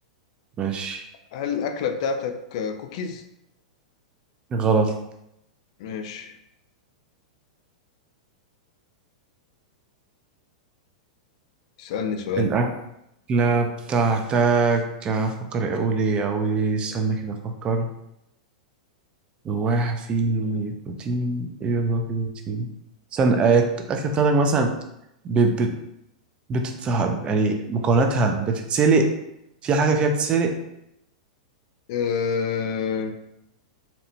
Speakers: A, on the right; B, on the left.
A: ماشي
B: هل الأكلة بتاعتك آه، كوكيز؟
A: غلط
B: ماشي اسألني سؤال
A: الاكله بتاعتك افكر اقول ايه اقول ايه استنى كده افكر جواها في بروتين ايه جواها في بروتين استنى آه، الاكله بتاعتك مثلا ب- بت- بتتسحب يعني مكوناتها بتتسلق في حاجة فيها بتتسلق
B: أه